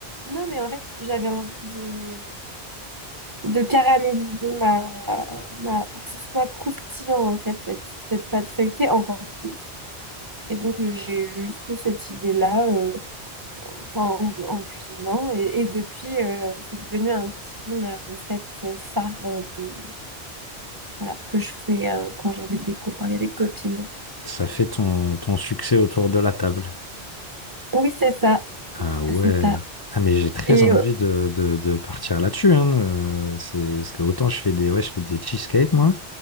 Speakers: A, on the right (about 20°); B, on the left (about 30°).
A: non, mais en fait, j'avais envie de... de caraméliser ma, ma, pour que ce soit croustillant, en fait, cette, cette pâte feuilletée encore plus. Et donc, euh, j'ai juste eu cette idée-là, euh, enfin, en, en cuisinant. Et, et depuis, euh, c'est devenu un petit peu ma recette euh, phare euh, de, voilà, que je fais euh, quand j'invite des copains et des copines.
B: Ça fait ton, ton succès autour de la table.
A: Oui, c'est ça,
B: Ah ouais.
A: c'est ça.
B: Ah mais j'ai très
A: Et
B: envie de, de- de partir là-dessus, hein. euh, c'est parce que autant je fais des ouais, je fais des cheesecakes moi,